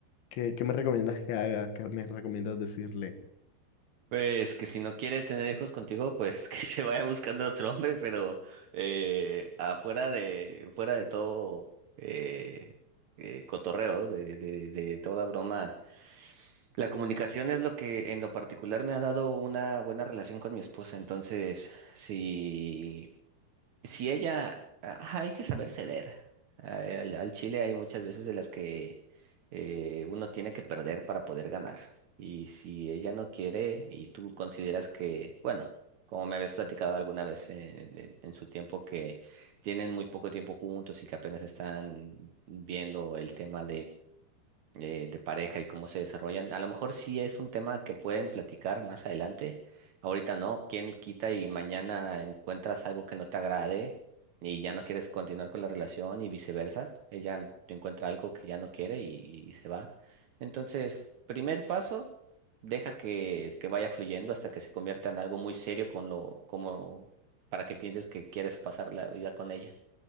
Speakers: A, on the left; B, on the right.
A: ¿qué, qué me recomiendas que haga? ¿Qué me recomiendas decirle?
B: Pues que si no quiere tener hijos contigo, pues <laughs> que se vaya buscando otro hombre, pero eh, afuera de, fuera de todo eh, eh, cotorreo, de, de, de toda broma, la comunicación es lo que en lo particular me ha dado una buena relación con mi esposa. Entonces, si si ella, ajá, hay que saber ceder. Ay, Al, al Chile hay muchas veces de las que eh, uno tiene que perder para poder ganar. Y si ella no quiere y tú consideras que, bueno, como me habías platicado alguna vez en, en- en su tiempo, que tienen muy poco tiempo juntos y que apenas están viendo el tema eh, de pareja y cómo se desarrollan. A lo mejor sí es un tema que pueden platicar más adelante. Ahorita no, quién quita y mañana encuentras algo que no te agrade y ya no quieres continuar con la relación y viceversa. Ella encuentra algo que ya no quiere y, y se va. Entonces, primer paso, deja que, que vaya fluyendo hasta que se convierta en algo muy serio con lo, como para que pienses que quieres pasar la vida con ella.